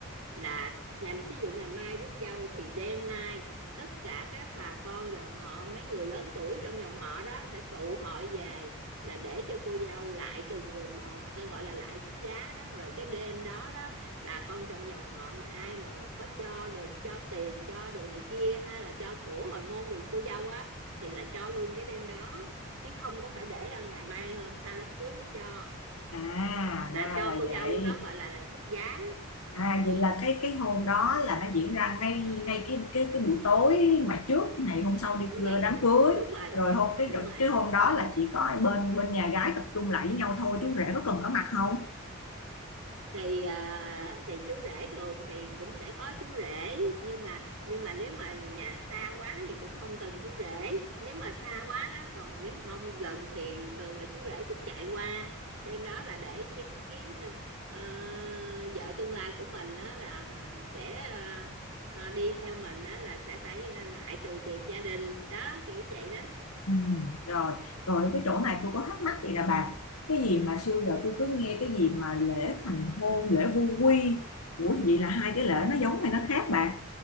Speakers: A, on the right; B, on the left.
A: là ngày ví dụ ngày mai rước dâu thì đêm nay tất cả các bà con dòng họ mấy người lớn tuổi trong dòng họ đó sẽ tụ hội về là để cho cô dâu lại từng người một ta gọi là lại xuất giá đó rồi cái đêm đó đó bà con trong dòng họ mà ai mà có cho đồ cho tiền cho đồ này kia hay là cho của hồi môn đồ cô dâu á thì là cho luôn cái đêm đó chứ không có phải để ra ngày mai hôm sau đám cưới mới cho
B: à
A: là
B: ra
A: cho
B: là
A: cô
B: vậy
A: dâu đó gọi là xuất giá
B: à vậy là cái cái hôm đó là nó diễn ra ngay ngay cái cái cái buổi tối mà trước ngày hôm sau đi
A: ngày
B: cưa-
A: đám
B: đám cưới
A: đúng rồi
B: rồi hôm cái
A: đúng rồi
B: cái hôm đó là chỉ có bên bên nhà gái tập trung lại với nhau thôi chú rể có cần có mặt không
A: thì à, thì chú rể thường thì cũng sẽ có chú rể nhưng mà nhưng mà nếu mà nhà xa quá thì cũng không cần chú rể nếu mà xa quá đó còn nếu mà không gần thì thường là chú rể cũng chạy qua đêm đó là để chứng kiến ờ, ờ, vợ tương lai của mình đó là à, sẽ à, à, đi theo mình đó là sẽ phải à, lại từ biệt gia đình đó kiểu vậy đó
B: Ừ, rồi rồi cái chỗ này tôi có thắc mắc gì là bà cái gì mà xưa giờ tôi cứ nghe cái gì mà lễ thành hôn lễ vu quy ủa vậy là hai cái lễ nó giống hay nó khác bà